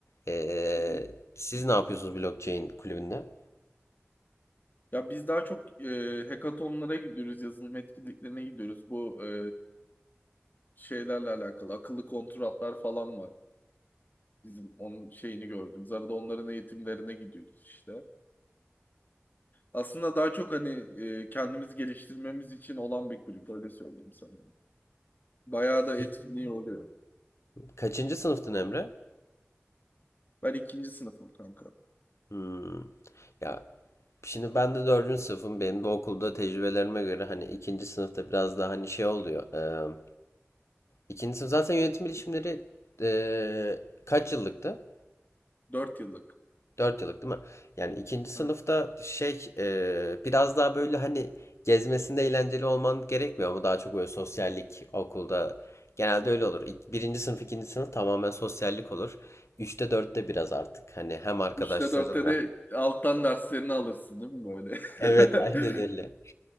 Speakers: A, on the left (about 85°); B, on the left (about 40°).
A: Ee,
B: Hı hı.
A: siz ne yapıyorsunuz blockchain kulübünde?
B: Ya biz daha çok e, hackathonlara gidiyoruz, yazılım etkinliklerine gidiyoruz. Bu e, şeylerle alakalı akıllı kontratlar falan var. Bizim onun şeyini gördüm Arada onların eğitimlerine gidiyoruz işte. Aslında daha çok hani e, kendimiz geliştirmemiz için olan bir kulüp öyle söyleyeyim sana. Bayağı da
A: Peki,
B: etkinliği oluyor.
A: kaçıncı sınıftın Emre?
B: Ben ikinci sınıfım kanka.
A: Hmm. Ya şimdi ben de dördüncü sınıfım. Benim de okulda tecrübelerime göre hani ikinci sınıfta biraz daha hani şey oluyor. Ee, ikinci sınıf zaten yönetim bilişimleri ee, kaç yıllıktı?
B: Dört yıllık.
A: 4 yıllık değil mi? Yani ikinci sınıfta
B: Ha.
A: şey e, biraz daha böyle hani gezmesinde eğlenceli olman gerekmiyor ama daha çok böyle sosyallik okulda genelde öyle olur. İk- Birinci sınıf, ikinci sınıf tamamen sosyallik olur. Üçte dörtte biraz artık hani hem arkadaşlarınla.
B: Üçte dörtte de
A: <laughs>
B: alttan derslerini alırsın değil mi böyle?
A: Evet
B: <laughs>
A: aynen öyle.